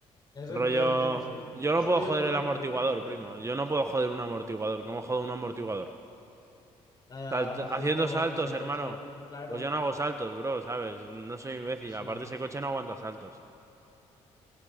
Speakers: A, on the left; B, on the right.
A: Eso
B: Rollo,
A: ya ya no sé.
B: yo
A: Yo
B: no
A: solo
B: puedo
A: digo
B: joder
A: como
B: el
A: la
B: amortiguador,
A: apariencia externa.
B: primo. Yo no puedo joder un amortiguador. ¿Cómo jodo un amortiguador?
A: Ah,
B: Salt-
A: haciendo
B: haciendo saltos,
A: un salto
B: hermano.
A: extremo, claro,
B: Pues yo no hago saltos, bro, ¿sabes? No soy imbécil.
A: sí.
B: Aparte, ese coche no aguanta saltos.